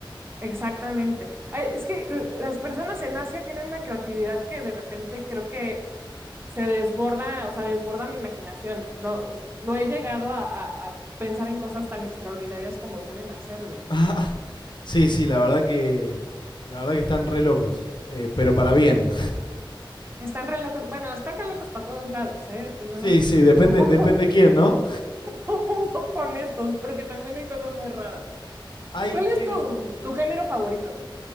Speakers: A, on the right; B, on the left.
A: Exactamente. Ay, es que l- las personas en Asia tienen una creatividad que de repente creo que se desborda, o sea, desborda mi imaginación. No, no he llegado a, a- a pensar en cosas tan extraordinarias como suelen hacerlo.
B: <laughs> sí, sí, la verdad que. La verdad que están re locos. eh, pero para bien. <laughs>
A: Están re locos, bueno, están re locos para todos lados, ¿eh? Tenemos
B: Sí,
A: que
B: sí,
A: ser
B: depende,
A: un poco,
B: depende quién, ¿no?
A: <laughs> un poco honestos, porque también hay cosas muy raras.
B: Hay
A: ¿Cuál es
B: hay
A: tu,
B: un-
A: tu género favorito?